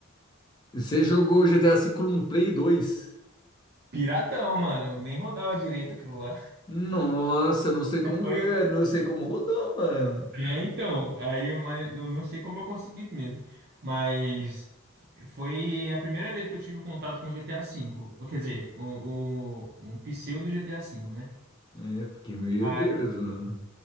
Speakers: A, on the left; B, on the right.
A: Você jogou GTA V no Play 2?
B: Piratão, mano. Nem rodava direito aquilo lá.
A: Nossa, não sei como,
B: <laughs> Foi.
A: <laughs> não sei como rodou, mano.
B: É, então. Aí, mas eu não sei como eu consegui mesmo. Mas foi a primeira vez que eu tive contato com GTA V. Ou, Quer dizer, o, o, um pseudo GTA V, né?
A: É, porque, meu
B: Aí,
A: Deus, mano.